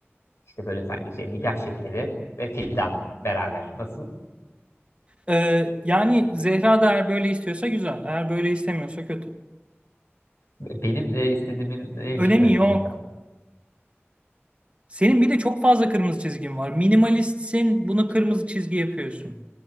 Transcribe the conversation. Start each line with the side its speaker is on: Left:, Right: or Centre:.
Left: işte böyle sanki şey nikah şekeri ve fidan beraber. Nasıl?
Right: Ee, yani Zehra da eğer böyle istiyorsa güzel. Eğer böyle istemiyorsa kötü.
Left: Benim e, istediğimin e,
Right: Önemi
Left: hiçbir önemi
Right: yok.
Left: yok
Right: Senin bir de çok fazla kırmızı çizgin var. Minimalistsin, bunu kırmızı çizgi yapıyorsun.